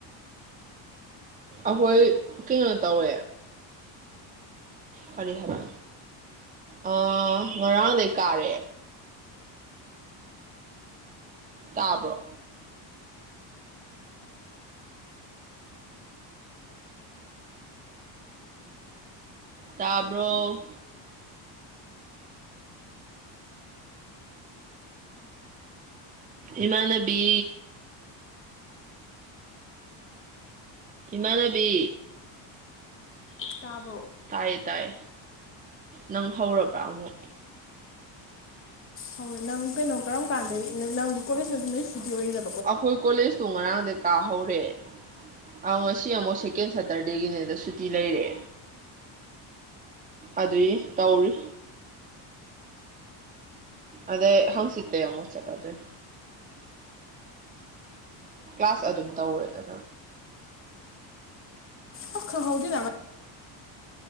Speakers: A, on the right; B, on the left.
A: ꯑꯍꯣꯏ ꯀꯩꯅꯣ ꯇꯧꯋꯦ ꯀꯔꯤ ꯍꯥꯏꯕ ꯑ ꯉꯔꯥꯡꯗꯩ ꯀꯥꯔꯦ ꯇꯥꯕ꯭ꯔꯣ ꯇꯥꯕ꯭ꯔꯣ ꯏꯃꯥꯟꯅꯕꯤ ꯏꯃꯥꯟꯅꯕꯤ
B: ꯇꯥꯕ꯭ꯔꯣ
A: ꯇꯥꯏꯌꯦ ꯇꯥꯏ ꯅꯪ ꯍꯧꯔꯕ ꯑꯃꯨꯛ
B: ꯍꯧꯔꯦ ꯅꯪ ꯀꯩꯅꯣ ꯀꯔꯝ ꯀꯥꯟꯗꯩ ꯅ ꯅꯪꯗꯤ ꯀꯣꯂꯦꯖꯇꯁꯨ ꯅꯣꯏ ꯁꯨꯗꯤ ꯑꯣꯏꯔ
A: ꯑꯈꯣꯏ ꯀꯣꯂꯦꯖꯇꯣ ꯉꯔꯥꯡꯗꯩ ꯀꯥꯍꯧꯔꯦ ꯑꯧ ꯉꯁꯤ ꯑꯃꯨꯛ ꯁꯦꯀꯦꯟ ꯁꯇꯔꯗꯦꯒꯤꯅꯦꯗ ꯁꯨꯇꯤ ꯂꯩꯔꯦ ꯑꯗꯨꯏ ꯇꯧꯔꯤ ꯑꯗꯩ ꯍꯪꯆꯤꯠꯇꯩ ꯑꯃꯨꯛ ꯆꯠꯂꯗꯨꯏ ꯀ꯭ꯂꯥꯁ ꯑꯗꯨꯝ ꯇꯧꯋꯦ ꯑꯗꯣ
B: ꯑꯣ ꯈꯪꯍꯧꯗꯦꯅ